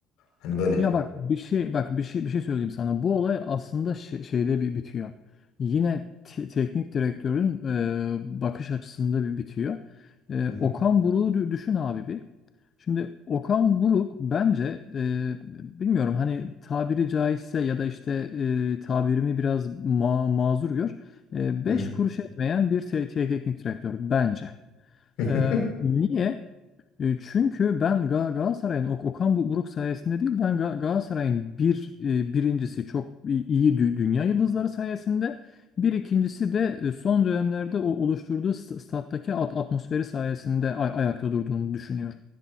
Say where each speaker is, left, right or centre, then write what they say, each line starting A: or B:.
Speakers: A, on the left; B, on the left.
A: Hani böyle.
B: Ya bak bir şey bak bir şey bir şey söyleyeyim sana. Bu olay aslında şe- şeyde bir bitiyor. Yine te- teknik direktörün e, bakış açısında bir bitiyor. E,
A: Hı hı.
B: Okan Buruk'u dü- düşün abi bir. Şimdi Okan Buruk bence e, bilmiyorum hani tabiri caizse ya da işte e, tabirimi biraz ma- mazur gör. E, beş
A: Hı hı.
B: kuruş etmeyen bir te- teknik direktör bence.
A: <laughs>
B: E, niye? E, Çünkü ben Ga- Galatasaray'ın Ok- Okan Bu- Buruk sayesinde değil ben Ga- Galatasaray'ın bir e, birincisi çok i- iyi dü- dünya yıldızları sayesinde bir ikincisi de e, son dönemlerde o oluşturduğu st- stat'taki at- atmosferi sayesinde ay- ayakta durduğunu düşünüyorum.